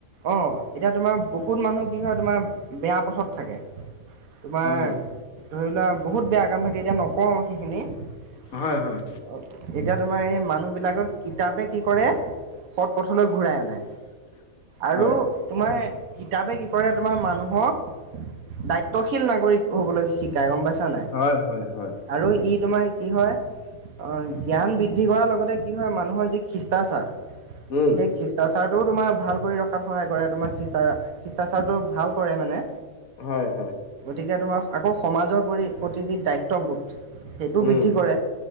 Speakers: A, on the right; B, on the left.
A: অ, এতিয়া তোমাৰ বহুত মানুহ কি হয় তোমাৰ বেয়া পথত থাকে, তোমাৰ
B: উম
A: ধৰি লোৱা বহুত বেয়া কাম থাকে এতিয়া নকওঁ সেইখিনি। এতিয়া
B: হয় হয়
A: তোমাৰ এই মানুহ বিলাকক কিতাপে কি কৰে সৎ পথত পথললৈ ঘূৰাই আনে আৰু
B: হয়
A: তোমাৰ কিতাপে কি কৰে তোমাৰ মানুহক দায়িত্বশীল নাগৰিক হবলৈ শিকায় গম পাইছা নাই
B: হয়, হয়, হয়।
A: আৰু ই তোমাৰ কি হয় অ, জ্ঞান বৃদ্ধি কৰাৰ লগতে কি হয় মানুহৰ যি শিষ্টাচাৰ,
B: উম।
A: খ্ৰীষ্টাচাৰটোও তোমাৰ ভাল কৰি ৰখাত সহায় কৰে, তোমাৰ খিষ্টাৰ খ্ৰীষ্টাচাৰটো ভাল কৰে মানে।
B: হয়, হয়।
A: গতিকে তোমাৰ আকৌ সমাজৰ পৰি প্ৰতি যি দায়িত্ববোধ, সেইটো বৃদ্ধি
B: উম
A: কৰে